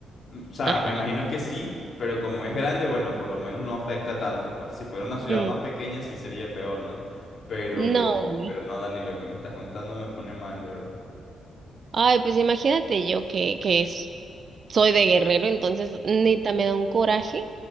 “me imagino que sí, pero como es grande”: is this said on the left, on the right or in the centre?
Left